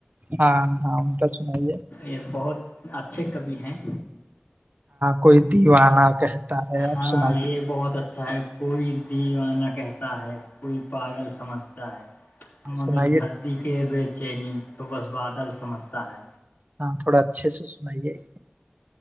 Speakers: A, on the right (about 45°); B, on the left (about 50°).
A: ہاں ہاں تو سنائیے
B: یہ بہت اچھے کبھی ہیں
A: کوئی دیوانہ کہتا ہے آپ
B: ہاں
A: سنائیے
B: یہ بہت اچھا ہے کوئی دیوانہ کہتا ہے کوئی پاگل سمجھتا ہے مگر
A: سنائیے
B: دھرتی کے بیچ چینی تو بس بادل سمجھتا ہے
A: ہاں تھوڑا اچھے سے سنائیے ایک